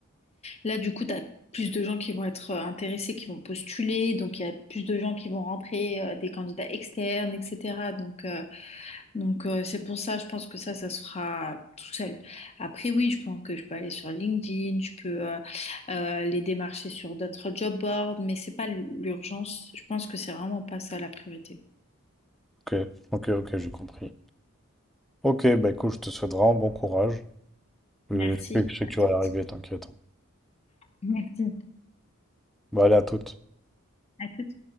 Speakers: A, on the left (about 30°); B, in the centre.
A: Là, du coup, tu as plus de gens qui vont être euh, intéressés, qui vont postuler, donc il y a plus de gens qui vont rentrer, euh, des candidats externes, etc. Donc, euh, donc euh, c'est pour ça, je pense que ça, ça se fera tout seul. Après, oui, je pense que je peux aller sur LinkedIn, je peux euh, euh, les démarcher sur d'autres job boards, mais c'est pas l'urgence. Je pense que c'est vraiment pas ça la priorité.
B: ok, ok, ok, j'ai compris. Ok, bah écoute, je te souhaite vraiment bon courage.
A: Merci.
B: Euh, je sais que je sais
A: À
B: que tu
A: toi.
B: vas y
A: Merci.
B: arriver, t'inquiète.
A: Merci.
B: Bah allez, à toutes.
A: À toutes.